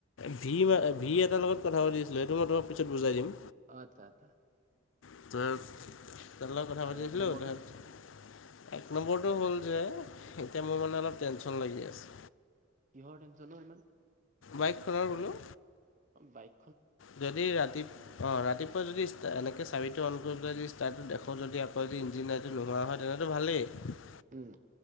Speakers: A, on the left (about 75°); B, on the right (about 40°).
A: ভি মা ভি এটাৰ লগত কথা পাতিছিলোঁ সেইটো মই তোমাক পিছত বুজাই দিম।
B: অহ আতথা আতথা।
A: <unintelligible> তহতৰ লগত কথা
B: আৰু
A: পাতি
B: এক
A: আছিলো
B: নম্বৰটো
A: তহঁত এক নম্বৰটো হ'ল যে এতিয়া মোৰ মানে অলপ টেনশ্যন লাগি আছে।
B: কিহৰ টেনশ্যন ও ইমান?
A: বাইকখনৰ বোলো।
B: অ বাইক।
A: যদি ৰাতি অ ৰাতিপুৱা যদি ষ্টা এনেকে চাবিটো অন কৰিবলৈ যদি ষ্টাৰ্টটো দেখো যদি আকৌ যদি ইঞ্জিন নাইট যদি নোহোৱা হয় তেতিয়াটো ভালেই।
B: উম।